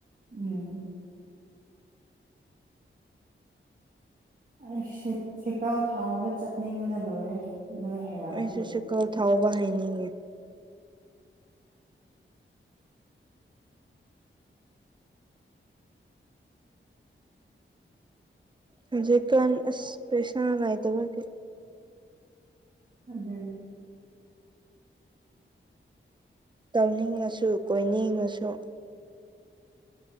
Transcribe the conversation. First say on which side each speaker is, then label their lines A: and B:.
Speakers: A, on the right; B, on the right.
A: ꯎꯝ ꯑꯩ ꯁꯦꯀꯥꯎ ꯊꯥꯎꯕ ꯆꯠꯅꯤꯡꯕꯅ ꯂꯣꯏꯔꯦ ꯅꯣꯏ ꯍꯩꯔꯛꯄꯒꯤ
B: ꯑꯩꯁꯨ ꯁꯦꯀꯥꯎ ꯊꯧꯕ ꯍꯩꯅꯤꯡꯉꯦ꯫ ꯍꯧꯖꯤꯛꯀꯥꯟ ꯑꯁ ꯄꯩꯁꯥ ꯂꯩꯇꯕꯒꯤ
A: ꯑꯗꯨꯅꯦ
B: ꯇꯧꯅꯤꯡꯉꯁꯨ ꯀꯣꯏꯅꯤꯡꯉꯁꯨ